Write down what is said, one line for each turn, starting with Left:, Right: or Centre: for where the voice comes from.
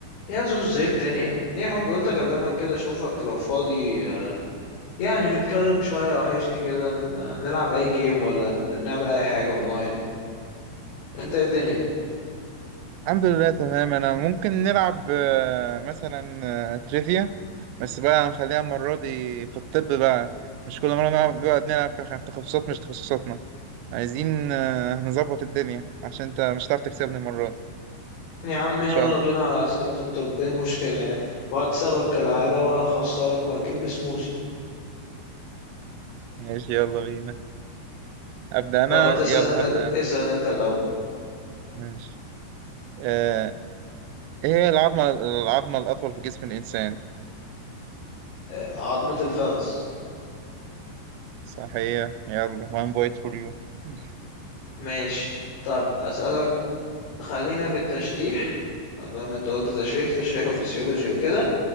Left: يا زوز ايه الدنيا ايه يا حب قلت اكلمك كده اشوفك لو فاضي آه، يعني نتكلم شوية وحشني كده ن- نلعب اي جيم ولا ن- نعمل اي حاجة اونلاين انت ايه الدنيا
Right: الحمد لله تمام انا ممكن نلعب آه، مثلا آه، تريفيا بس بقى نخليها المرة دي في الطب بقى مش كل مرة نقعد نقعد نلعب في خ- في تخصصات مش تخصصاتنا عايزين آه، نظبط الدنيا عشان انت مش هتعرف تكسبني المرة دي
Left: يا عم يلا
Right: ان شاء الله
Left: بينا على اسئلة في الطب ايه المشكلة يعني وهكسبك كالعادة وهخسرك وهتجيب لي سموزي
Right: ماشي يلا بينا ابدأ انا
Left: طب هتسأل
Right: يلا
Left: انت ال-
Right: هبدأ انا
Left: اسأل انت الاول
Right: ماشي آه، ايه هي العظمة العظمة الأطول في جسم الإنسان
Left: آه، عظمة الفخذ
Right: صح هي يلا one point for you <laughs>
Left: ماشي طب اسألك خلينا في التشريح ده انت قلت تشريح تشريح وفسيولوجي وكده